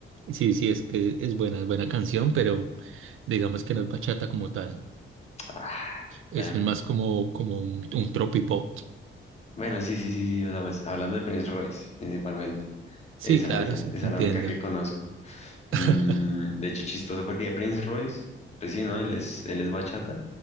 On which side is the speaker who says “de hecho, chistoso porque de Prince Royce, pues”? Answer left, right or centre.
Left